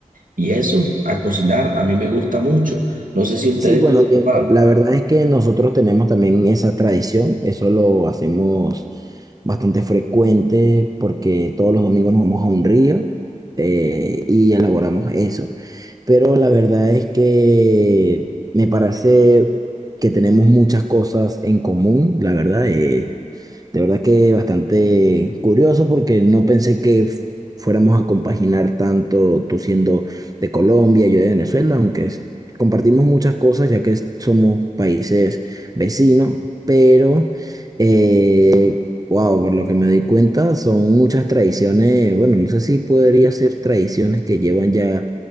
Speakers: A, on the right (about 85°); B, on the right (about 25°).
A: y eso, a cocinar, a mí me gusta mucho. No sé si ustedes...
B: Sí, bueno, Diego,
A: Ah,
B: la verdad es que nosotros tenemos también esa tradición, eso lo hacemos bastante frecuente porque todos los domingos nos vamos a un río eh, y elaboramos eso. Pero la verdad es que me parece que tenemos muchas cosas en común, la verdad, eh, de verdad que bastante curioso porque no pensé que f- fuéramos a compaginar tanto tú siendo de Colombia, yo de Venezuela, aunque compartimos muchas cosas ya que somos países vecinos, pero, eh, wow, por lo que me di cuenta, son muchas tradiciones, bueno, no sé si podría ser tradiciones que llevan ya,